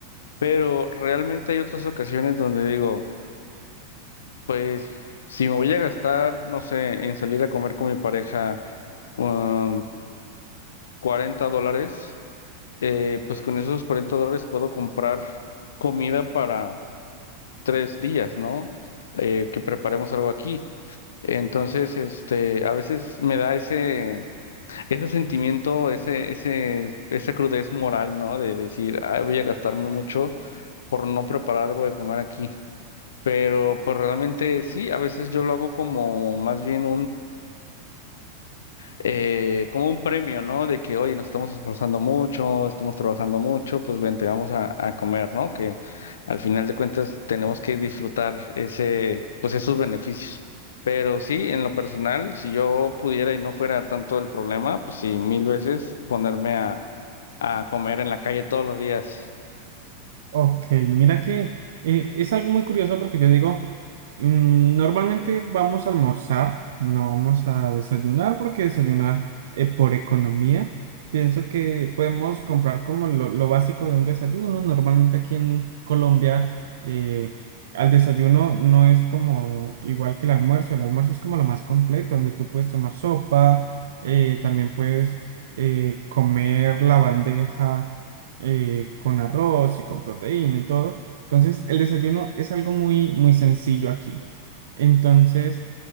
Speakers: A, on the left; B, on the right.
A: Pero realmente hay otras ocasiones donde digo, pues, si me voy a gastar, no sé, en salir a comer con mi pareja um, 40 dólares, eh, pues con esos 40 dólares puedo comprar comida para tres días, ¿no? Eh, que preparemos algo aquí. Entonces, este, a veces me da ese, ese sentimiento, ese, ese, esa crudez moral, ¿no? De decir, "Ay, voy a gastarme mucho por no preparar algo de comer aquí. Pero, pues realmente sí, a veces yo lo hago como más bien eh, como un premio, ¿no? De que, oye, nos estamos esforzando mucho, estamos trabajando mucho, pues vente, vamos a, a comer, ¿no? Que al final de cuentas tenemos que disfrutar ese, pues esos beneficios. Pero sí, en lo personal, si yo pudiera y no fuera tanto el problema, pues sí, mil veces ponerme a, a comer en la calle todos los días.
B: Ok, mira que eh, es algo muy curioso porque yo digo, mm, normalmente vamos a almorzar, no vamos a desayunar porque desayunar eh, por economía, pienso que podemos comprar como lo, lo básico de un desayuno. Normalmente aquí en Colombia eh, al desayuno no es como igual que el almuerzo, el almuerzo es como lo más completo, donde tú puedes tomar sopa, eh, también puedes eh, comer la bandeja eh, con arroz y con proteína y todo. Entonces, el desayuno es algo muy, muy sencillo aquí. Entonces,